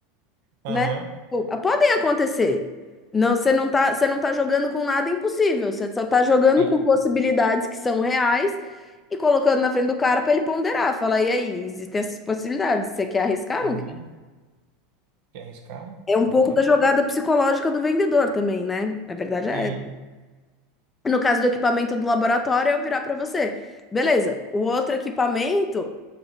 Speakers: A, on the right (about 65°); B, on the left (about 20°).
A: Aham,
B: né? Pô, ah, Podem acontecer. Não, você não tá, você não tá jogando com nada impossível, você só tá jogando
A: tem.
B: com possibilidades que são reais e colocando na frente do cara para ele ponderar, falar, e aí, existem essas possibilidades, você quer arriscar?
A: Uhum.
B: Não quer?
A: Quer arriscar?
B: É um pouco
A: Não quer?
B: da jogada psicológica do vendedor também, né? Na verdade
A: Sim.
B: é. essa. No caso do equipamento do laboratório, eu virar para você. Beleza, o outro equipamento